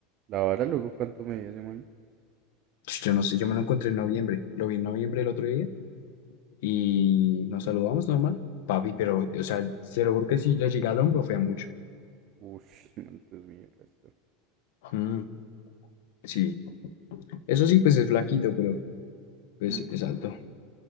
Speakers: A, on the right; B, on the left.
A: La vara, luego, ¿cuánto medía ese man?
B: Yo no sé, yo me lo encontré en noviembre. Lo vi en noviembre el otro día. y nos saludamos normal. Papi, pero, o sea, se lo juro que si le llega al hombro, fea mucho.
A: Ush, ese man, Dios mío, resto.
B: Mm. Sí, eso sí, pues es flaquito, pero pues
A: Mm,
B: es alto.